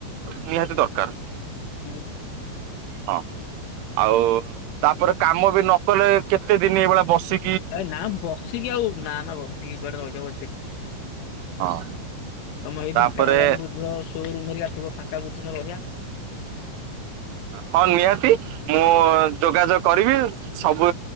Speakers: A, on the right; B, on the left.
A: ନିହାତି ଦରକାର।
B: ହୁଁ।
A: ହଁ ଆଉ ତାପରେ କାମ ବି ନ କଲେ କେତେ ଦିନ ଏଇଭଳିଆ ବସି
B: ନା ବସିକି ଆଉ ନା ନା ବସିକି କୁଆଡେ ରହିି ହବ ଏତେ
A: ହଁ
B: ତମେ ଏଇ
A: ତାପରେ
B: ଢେଙ୍କାନାଳ ଲାଇନ ବୁଝ ସୋରୁମ୍ ହେରିକା ଥିବ ଫାଙ୍କା ବୁଝୁନ ରହିବା।
A: ହଁ ନିହାତି। ମୁଁ ଯୋଗାଯୋଗ କରିବି ସବୁ